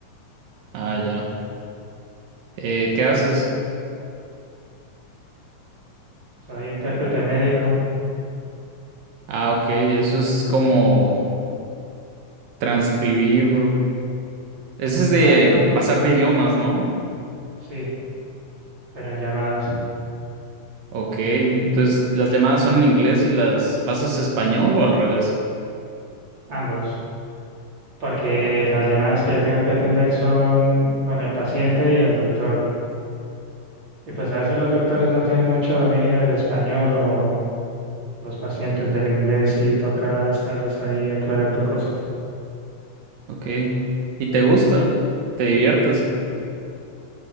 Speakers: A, on the right; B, on the right.
A: Ah, ya. Eh, ¿qué haces?
B: Soy intérprete médico,
A: Ah, ok. Eso es como transcribir. Ese es de
B: traductor,
A: pasar de idiomas, ¿no?
B: sí, pero en llamadas,
A: Ok. Entonces, ¿las llamadas son en inglés y las pasas a español o al revés?
B: ambos. Porque
A: Oh,
B: las llamadas que yo tengo que atender son con el paciente y el doctor. Y pues a veces los doctores no tienen mucho dominio del español o los pacientes del inglés y toca estarles ahí aclarando cosas.
A: ok. ¿Y te gusta? ¿Te diviertes?